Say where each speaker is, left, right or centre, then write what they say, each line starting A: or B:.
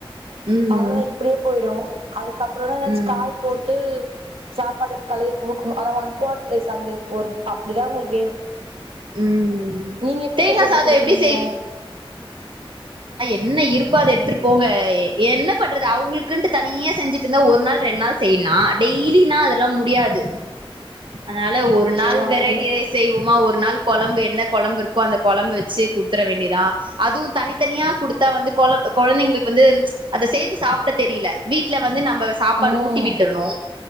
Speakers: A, on the right (about 60°); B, on the right (about 80°).
A: ம்
B: அவ்ளோதா இப்படியே போய்டு அதுக்கப்பறோ தா என்னாச்சு
A: ம்
B: காய் போட்டு சாப்பாடு காலேல குடுக்கணு ஆனா ஒன் பாட் ரைஸ் அந்த ஒரு அப்படிதா அவங்குளுக்கு வேணு
A: ம்
B: நீங்க எப்படிக்கா
A: தேங்கா
B: செஞ்சு
A: சாதோ
B: குடுக்குறீங்க
A: எப்டி நா என்ன இருக்கோ அத எடுத்துட்டு போங்க என்ன பண்றது அவுங்களுக்குன்ட்டு தனியா செஞ்சுட்டு இருந்தா ஒரு நாள் ரெண் நாள் செய்லா டெய்லினா அதெல்லா முடியாது அதனாலே ஒரு
B: ஐயோ
A: நாள்
B: அப்டி
A: வெரைட்டி ரைஸ் செய்வோமா ஒரு நாள் கொழம்பு என்ன கொழம்பு இருக்கோ அந்த கொழம்பு வச்சி குடுத்துர வேண்டி தா அதுவு தனி த்தனியா குடுத்தா வந்து கொழ கொழந்தைங்களுக்கு வந்து அத சேத்து சாப்டத் தெரியல வீட்ல வந்து நம் இப்ப சாப்பாடு
B: ம்
A: ஊட்டி விட்டுர்ணு